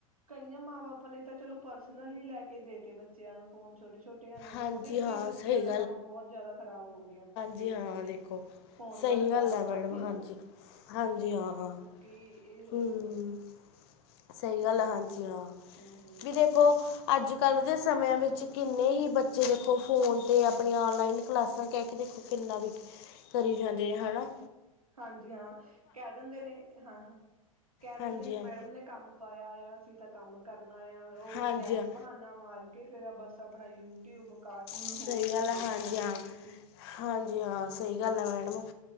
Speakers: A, on the right; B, on the left.
A: ਕਈਆਂ ਮਾਂ ਬਾਪ ਨੇ ਤਾਂ ਚਲੋ, ਪਰਸਨਲੀ ਲੈ ਕੇ ਦੇ ਤੇ ਬ- ਬੱਚਿਆਂ ਨੂੰ ਫੋਨ ਛੋਟੇ ਛੋਟਿਆਂ ਨੂੰ ਹੀ,
B: ਹਾਂਜੀ
A: ਉਹਦੇ ਤੋਂ
B: ਹਾਂ
A: ਹੀ ਬੱਚਿਆਂ
B: ਸਹੀ
A: ਦਾ ਕੰਮ ਬਹੁਤ ਜਿਆਦਾ ਖ਼ਰਾਬ ਹੋ ਗਿਆ।
B: ਜੀ
A: ਜਿਹੜੇ
B: ਹਾਂ,
A: ਬੱਚੇ
B: ਦੇਖੋ
A: ਫੋਨ
B: ਸਹੀ
A: ਵੱਲ ਜ਼ਿਆਦਾ
B: ਗੱਲ ਹੈ। ਮੈਡਮ,
A: ਵੱਧ ਗਏ
B: ਹਾਂਜੀ- ਹਾਂਜੀ ਹਾਂ।
A: ਕੀ ਇਹ ਹੋਇਆ
B: ਹੂੰ
A: ਆ।
B: ਸਹੀ ਗੱਲ
A: ਹੂੰ-ਹੂੰ,
B: ਹੈ। ਹਾਂਜੀ ਹਾਂ,
A: ਹੂੰ-ਹੂੰ,
B: ਵੀ ਦੇਖੋ ਅੱਜ- ਕੱਲ ਦੇ ਸਮਿਆਂ ਵਿੱਚ ਕਿੰਨੇ ਹੀ ਬੱਚੇ ਦੇਖੋ, ਫੋਨ ਤੇ ਆਪਣੀਆਂ ਔਨਲਾਈਨ ਕਲਾਸਾਂ ਕਹਿ ਕੇ ਦੇਖੋ। ਕਿਨਾ ਵੀ, ਕਰੀ ਜਾਂਦੇ ਹੈਨਾ।
A: ਹਾਂਜੀ ਹਾਂ, ਕਹਿ ਦਿੰਦੇ ਨੇ ਹਾਂ- ਹਾਂ ਕਹਿ ਦਿੰਦੇ
B: ਹਾਂਜੀ
A: ਨੇ,
B: ਹਾਂ
A: ਮੈਡਮ ਨੇ ਕੰਮ- ਪਾਇਆ ਆ। ਅਸੀਂ ਤਾਂ ਕੰਮ ਕਰਨਾ ਆ, ਉਹ
B: ਹਾਂਜੀ
A: ਕਹਿ
B: ਹਾਂ
A: ਕੇ ਬਹਾਨਾ ਮਾਰ- ਕੇ ਫੇਰ ਬੱਸ ਆਪਣਾ ਯੂਟਿਊਬ, ਕਾਰਟੂਨ,
B: ਸਹੀ
A: ਹੋਰ ਕੁਛ
B: ਗੱਲ ਹੈ
A: ਦੇਖੀ
B: ਹਾਂਜੀ
A: ਜਾਂਦੇ
B: ਹਾਂ
A: ਨੇ, ਕਿ -ਕੀ
B: ਹਾਂਜੀ ਹਾਂ, ਸਹੀ ਗੱਲ ਹੈ ਮੈਡਮ,